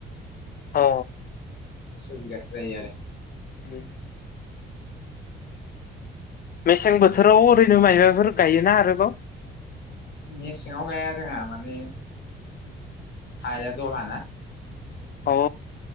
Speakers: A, on the left; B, on the left.
A: औ।
B: सयबिगासो जायो आरो।
A: दे। मेसें बोथोराव ओरैनो मायबाफोर गायोना आरोबाव?
B: मेसेङाव गाया जोंहा माने हाया दलहा ना।
A: औ।